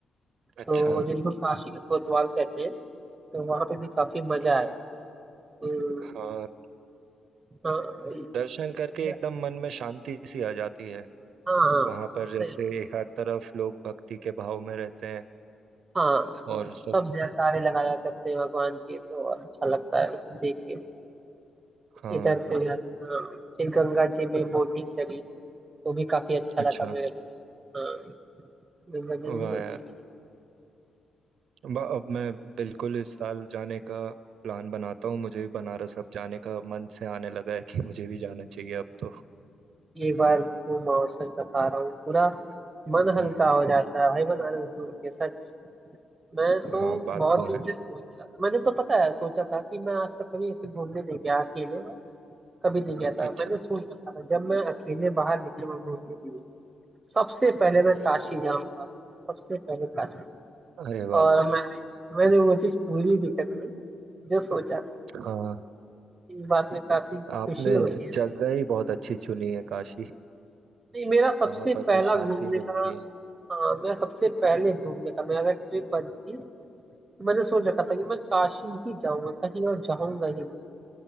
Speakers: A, on the right; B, on the right.
A: अच्छा
B: तो जिनको काशी के कोतवाल कहते हैं तो वहां पे भी काफी मजा
A: हम्म,
B: आया तो
A: हाँ
B: हाँ
A: दर्शन करके
B: या-
A: एकदम मन में शांति सी आ जाती है
B: हाँ हाँ
A: वहां पर
B: सही
A: जैसे हर तरफ लोग भक्ति के भाव में रहते हैं
B: हाँ
A: और सब
B: सब जयकारे लगाया करते हैं भगवान के तो और अच्छा लगता है उसे देख के
A: हाँ
B: इधर से
A: हाँ,
B: जाते हाँ फिर गंगा जी में बोटिंग करी वो भी काफी अच्छा
A: अच्छा
B: लगा मेरे को। हाँ गंगा जी
A: वाह
B: में बोटिंग
A: यार ब- अब मैं बिल्कुल इस साल जाने का प्लान बनाता हूँ मुझे भी बनारस अब जाने का मन से आने लगा है कि मुझे भी जाना चाहिए अब तो
B: ये बार घूम और सच बता रहा हूँ पूरा मन हल्का
A: हम्म,
B: हो जाता है भाई बनारस घूम के सच मैं तो
A: हाँ बात
B: बहुत
A: तो
B: दिन
A: है
B: से सोच रहा था मैंने तो पता है सोचा था कि मैं आज तक कभी ऐसे घूमने नहीं गया अकेले कभी नहीं गया था
A: अच्छा
B: मैंने सोच रखा था जब मैं अकेले बाहर निकलूंगा घूमने के लिए सबसे पहले मैं
A: हम्म।
B: काशी जाऊंगा सबसे पहले काशी
A: अरे वाह
B: और मैंने मैंने वो चीज पूरी भी कर ली जो सोचा था
A: हाँ
B: इस बात में काफी खुशी
A: आपने
B: होती है
A: जगह
B: मुझे
A: ही बहुत अच्छी चुनी है काशी
B: नहीं मेरा सबसे
A: वहाँ पर
B: पहला
A: जो शांति
B: घूमने
A: मिलती
B: का
A: है
B: हाँ
A: हम्म।
B: मेरा सबसे पहले घूमने का मैं अगर ट्रिप बनती तो मैंने सोच रखा था कि मैं काशी ही जाऊंगा कहीं और जाऊंगा ही नहीं